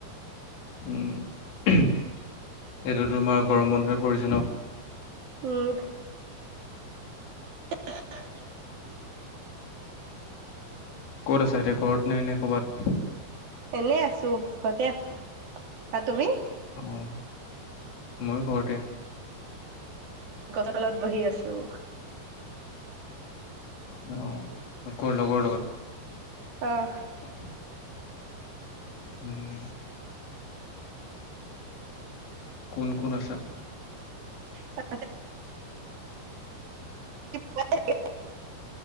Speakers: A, on the left; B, on the right.
A: উম সেইটো তোমাৰ গৰম বন্ধ হৈ পৰিছে ন
B: উম। <unintelligible> <inaudible>
A: ক'ত আছে এতিয়া ঘৰত নে নে ক'ৰবাত
B: এনে আছোঁ ঘৰতে আছোঁ আৰু তুমি
A: অঁ মইও ঘৰতে
B: গছ তলত বহি আছোঁ।
A: অহ কৰ লগৰ লগত
B: অহ।
A: <inaudible> উম। কোন কোন আছা।
B: ত <unintelligible>
A: <inaudible>
B: ব <unintelligible>